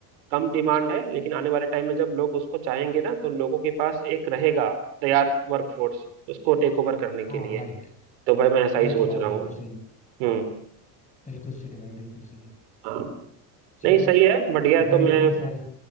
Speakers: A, on the right; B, on the left.
A: कम डिमांड है लेकिन आने वाले टाइम में जब लोग उसको चाहेंगे ना तो लोगों के पास एक रहेगा तैयार वर्कफोर्स उसको टेक ओवर करने के
B: हाँ
A: लिए
B: राइट
A: तो भाई मैं ऐसा
B: ये
A: ही सोच
B: तो बात
A: रहा
B: बिल्कुल
A: हूँ
B: सही है
A: हम्म
B: बिल्कुल सही है भाई बिल्कुल सही है
A: हाँ
B: चलो
A: नहीं सही है बढ़िया
B: अब
A: है,
B: भाई
A: तो मैं
B: इतनी सारी